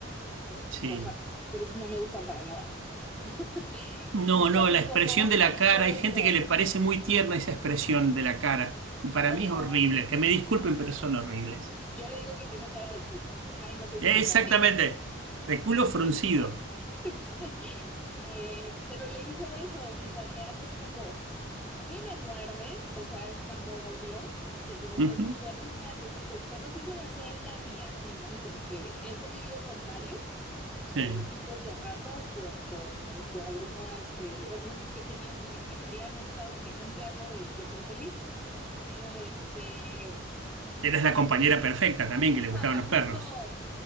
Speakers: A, in the centre; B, on the right.
A: con-
B: sí.
A: o sea, esos no me gustan para nada. <laughs>
B: No,
A: Y justo
B: no,
A: hace
B: la
A: poco
B: expresión de
A: le
B: la
A: hizo
B: cara,
A: eso.
B: hay gente que le parece muy tierna esa expresión de la cara. Y para
A: Ay,
B: mí
A: no.
B: es horrible, que me disculpen, pero son horribles.
A: Yo le digo que tiene cara de culo. Ay, no sé si
B: Exactamente,
A: se puede.
B: de culo fruncido.
A: <laughs> Sí. Eh, pero le hizo eso, fíjate, hace poco. A mí me muerde, o sea, es un amor-odio, porque yo
B: Ujú,
A: soy muy perruna, entonces los perros sí se me acercan y así, ¿no? Y como que he convivido con varios
B: Sí.
A: eh, tipos de razas por, por, por algunas eh, roomies que he tenido, que la mayoría me ha tocado que tengan perro y yo soy feliz, pero este,
B: eres la compañera perfecta también
A: <laughs>
B: que le gustaban los
A: justo.
B: perros.